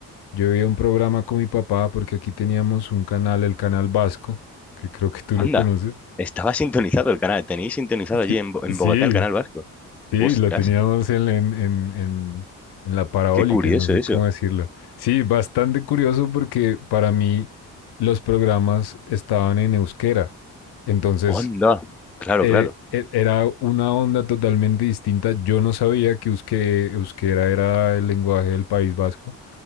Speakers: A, on the left; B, in the centre.
A: Yo vi un programa con mi papá porque aquí teníamos un canal, el canal Vasco, que creo que tú
B: Anda,
A: lo conoces.
B: estaba sintonizado el canal, tenéis sintonizado allí
A: Sí,
B: en, Bo- en
A: sí,
B: Bogotá el canal vasco.
A: sí,
B: Ostras,
A: lo teníamos en, en, en- en- en la parabólica,
B: qué curioso
A: no sé
B: eso.
A: cómo decirlo. Sí, bastante curioso porque para mí los programas estaban en euskera. Entonces,
B: Onda, claro,
A: eh,
B: claro.
A: e- era una onda totalmente distinta. Yo no sabía que eusque- euskera era el lenguaje del País Vasco.